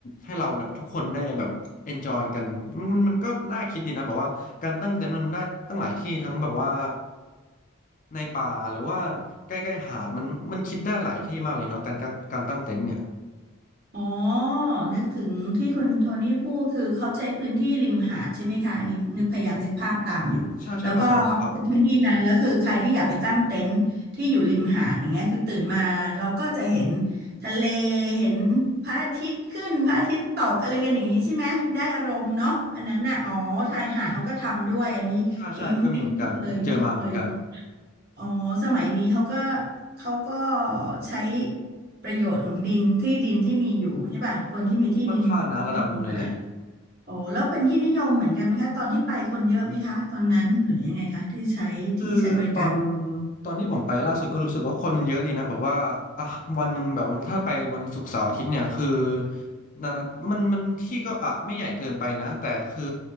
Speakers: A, on the left (about 35°); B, on the right (about 45°).
A: ให้เราแบบทุกคนได้แบบ enjoy กันมันมันก็น่าคิดดีนะแบบว่าการตั้งเต็นท์มันได้ตั้งหลายที่ทั้งแบบว่าในป่าหรือว่าใกล้ๆหาดมันมันคิดได้หลายที่มากเลยเนาะการการตั้งเต็นท์เนี่ย
B: อ๋อนึกถึงที่คุณโทนี่พูดคือเขาใช้พื้นที่ริมหาดใช่ไหมคะอันนี้นึกพยายามนึกภาพตามอยู่แล้วก็เขาเป็นพื้นที่นั้นแล้วคือใครที่อยากไปตั้งเต็นท์ที่อยู่ริมหาดอย่างเงี้ยคือตื่นมาเราก็จะเห็น
A: ใช่ใช่ประมาณนั้นครับ
B: ทะเลเห็นพระอาทิตย์ขึ้นพระอาทิตย์ตกอะไรกันอย่างนี้ใช่ไหมได้อารมณ์เนาะอันนั้นน่ะอ๋อชายหาดเขาก็ทำด้วยอันนี้ปิ๊งปิ๊งไม่เคยไม่เคย
A: ใช่ใช่อันนี่ก็มีเหมือนกัน เจอมาเหมือนกัน
B: อ๋อสมัยนี้เขาก็เขาก็ใช้ประโยชน์ของดินที่ดินที่มีอยู่ใช่ป่ะคนที่มีที่ดินริมหาด
A: ค่อนข้างนะระดับหนึ่งเลยแหละ
B: อ๋อแล้วเป็นที่นิยมเหมือนกันไหมคะตอนที่ไปคนเยอะไหมคะตอนนั้นหรือยังไงคะที่ใช้ที่ใช้บริการ
A: คือตอนตอนที่ผมไปล่าสุดก็รู้สึกว่าคนเยอะดีนะแบบว่าอ่ะวันหนึ่งแบบว่าถ้าไปวันศุกร์เสาร์อาทิตย์เนี่ยคือนานั้นมันมันที่ก็อ่ะไม่ใหญ่เกินไปนะแต่คือ